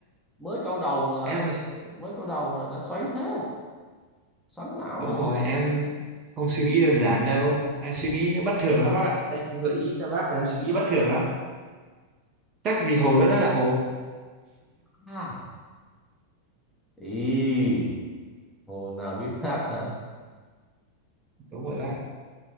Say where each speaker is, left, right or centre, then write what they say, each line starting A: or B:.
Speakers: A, in the centre; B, on the right.
A: mới câu đầu mà là
B: <laughs> Em
A: đã, mới câu đầu mà là đã xoáy thế xoắn não
B: đúng rồi em không suy nghĩ đơn giản đâu em suy nghĩ nó bất thường lắm bác ạ Đấy, em gợi ý cho bác là em suy nghĩ bất thường lắm chắc gì hồ đó đã là hồ
A: à ý hồ nào biết hát hả
B: đúng rồi bác